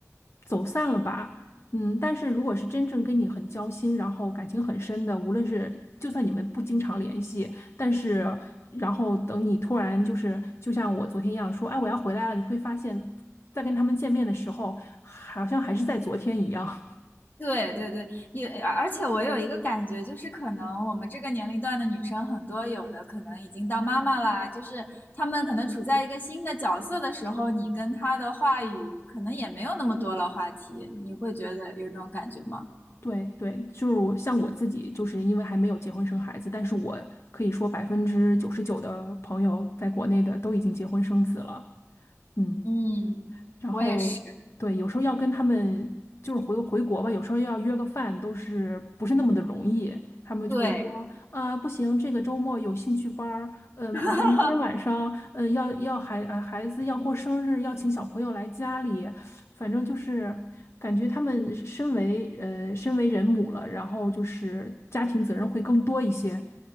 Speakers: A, on the left; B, on the left.
A: 走散了吧。嗯，但是如果是真正跟你很交心，然后感情很深的，无论是就算你们不经常联系，但是然后等你突然就是就像我昨天一样说，哎，我要回来了，你会发现。在跟他们见面的时候，好像还是在昨天一样。<laughs>
B: 对对对，也而且我有一个感觉，就是可能我们这个年龄段的女生很多，有的可能已经当妈妈啦，就是她们可能处在一个新的角色的时候，你跟她的话语可能也没有那么多了话题，你会觉得有这种感觉吗？
A: 对对，就是我像我自己，就是因为还没有结婚生孩子，但是我可以说百分之九十九的朋友在国内的都已经结婚生子了。嗯。
B: 嗯，
A: 然后对，
B: 我也是。
A: 有时候要跟他们就是回回国吧，有时候要约个饭都是不是那么的容易。他们就会说，
B: 对，
A: 啊、不行，这个周末有兴趣班儿，嗯、
B: <laughs>
A: 明天晚上，嗯、要要孩呃孩子要过生日，要请小朋友来家里，反正就是感觉他们身为呃身为人母了，然后就是家庭责任会更多一些。